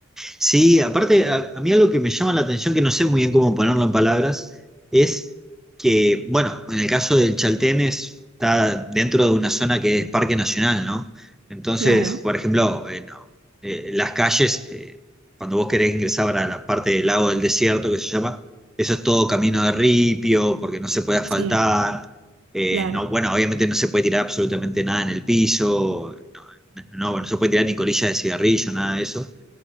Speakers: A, in the centre; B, on the right (about 90°).
A: Sí, aparte, a, a mí algo que me llama la atención, que no sé muy bien cómo ponerlo en palabras, es que, bueno, en el caso del Chaltén es- está dentro de una zona que es parque nacional, ¿no? Entonces,
B: Claro,
A: por ejemplo, eh, no, eh, las calles, eh, cuando vos querés ingresar a la parte del lago del desierto, que se llama, eso es todo camino de ripio, porque no se puede asfaltar,
B: sí,
A: eh,
B: claro,
A: no, bueno, obviamente no se puede tirar absolutamente nada en el piso, no, no, no se puede tirar ni colillas de cigarrillo, nada de eso.